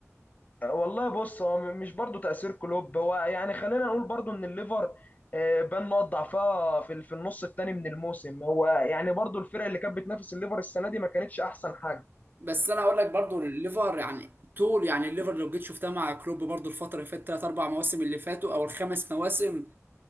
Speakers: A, on the left (about 30°); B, on the right (about 40°).
A: أه، والله بص هو م- مش برضو تأثير كلوب هو يعني خلينا نقول برضو ان الليفر آه، بان نقط ضعفها في ال- في النص الثاني من الموسم هو يعني برضو الفرق اللي كانت بتنافس الليفر السنة دي ما كانتش احسن حاجة
B: بس انا اقول لك برضو الليفر يعني طول يعني الليفر لو جيت شفتها مع كلوب برضو الفتره اللي فاتت ثلاث اربع مواسم اللي فاتوا او الخمس مواسم